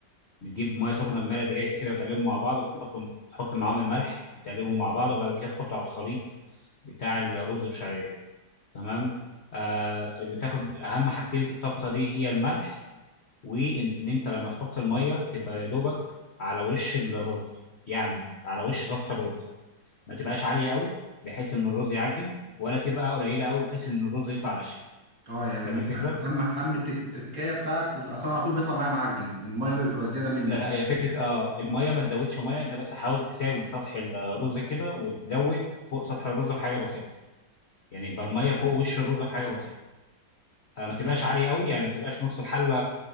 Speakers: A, on the left; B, on the right.
A: بتجيب مية سخنة بمرقة دجاج كده وتقلبهم مع بعض وتحطهم تحط معاهم الملح وتقلبهم مع بعض وبعد كده تحطه على الخليط بتاع الرز بالشعرية تمام آه اللي تاخد أهم حاجتين في الطبخة دي هي الملح وإن أنت لما تحط المية تبقى يا دوبك على وش الرز يعني على وش سطح الرز ما تبقاش عالية قوي بحيث إن الرز يعجن ولا تبقى قليلة قوي بحيث إن الرز يطلع ناشف
B: اه يعني
A: فاهم
B: م-
A: الفكره؟
B: اهم اهم التك- التركايه بتاعت اصلا على طول بيطلع معايا معجن الميه بتبقى زياده مني
A: لا
B: كده.
A: هي فكره اه الميه ما تزودش ميه انت بس حاول تساوي سطح الرز كده وتزود فوق سطح الرز بحاجه بسيطه يعني يبقى الميه فوق وش الرز بحاجه بسيطه آه، ما تبقاش عاليه قوي يعني ما تبقاش نص الحله